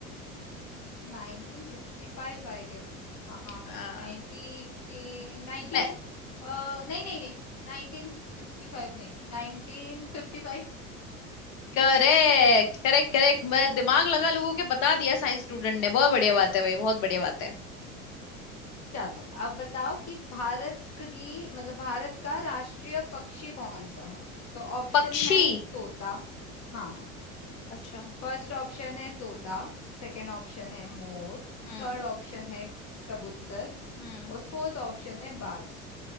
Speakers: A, on the left; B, on the left.
A: Nineteen sixty five I guess हाँ
B: आ,
A: नाइनटी नाइनटीन
B: मैं
A: अ, नहीं नहीं नहीं नाइनटीन सिक्सटी फाइव नहीं नाइनटीन फिफ्टी फाइव
B: करेक्ट करेक्ट करेक्ट मैं दिमाग लगा लोगों के बता दिया साइंस स्टूडेंट ने बहुत बढ़िया बात है भाई बहुत बढ़िया बात है
A: चलो अब बताओ कि भारत की मतलब भारत का राष्ट्रीय पक्षी कौन सा है तो ऑप्शन
B: पक्षी
A: है तोता हाँ
B: अच्छा
A: फर्स्ट ऑप्शन है तोता सेकंड ऑप्शन है मोर
B: हम्म
A: थर्ड ऑप्शन है कबूतर
B: हम्म
A: और फोर्थ ऑप्शन है बाज